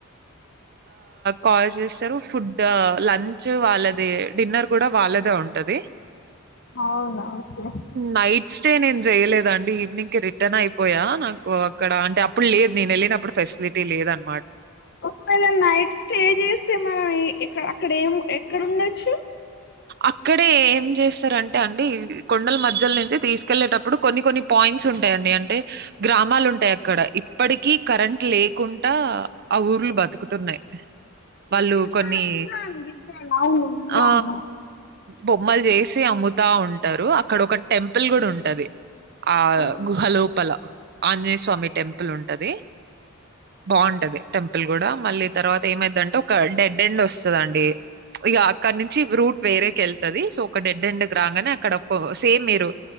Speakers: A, on the right; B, on the left.
A: కాల్ చేస్తారు ఫుడ్ లంచ్ వాళ్ళదే డిన్నర్ కూడా వాళ్ళదే ఉంటది
B: అవున ఓకే
A: నైట్ స్టే నేను చేయలేద ఆండీ ఈవినింగ్ కి రిటర్ అయిపోయా నాకు అక్కడ అంటే అప్పుడు లేదు నేను వెళ్ళినప్పుడు ఫెస్ట్ సిలిటీ లేదన్
B: ఒకవేళ నైట్ స్టే చేస్తే మనం ఏ అక్కడ ఏం ఎక్కడ ఉండొచ్చు
A: అక్కడే ఏం చేస్తారంటే అండి కొండల మధ్యల నుంచి తీసుకెళ్ళలేటప్పుడు కొన్ని కొన్ని పాయ్ ట్స్ ఉంటాయిడి అంటే గ్రామాలుంటాయి అక్కడ ఇప్పటికి కరెంట్ లేకుండా అవ్ ఊర్లు బతుకుతున్నాయి వాళ్ళు
B: ఒకే ఆహా
A: కొన్ని
B: విన్నాను విన్నాను అవును విన్నాను
A: ఆ బొమ్మలు చేసి అమ్ముతా ఉంటారు అక్కడ ఒక టెంపుల్ కూడా ఉంటది ఆ
B: ఆహా.
A: గుహలోపల ఆంజనేయ స్వామి టెంపుల్ ఉంటది బాగుంటది టెంపుల్ కూడా మళ్ళీ తర్వాత ఏమైతుంటే ఒక డెడ్ ఎండ్ వస్తదండి ఇక అక్కడ నుంచి రూట్ వేరేక వెళ్తుది సో ఒక డెడ్ ఎండ్ గ్రాంగానే అక్కడ ఒక సేమ్ మీరు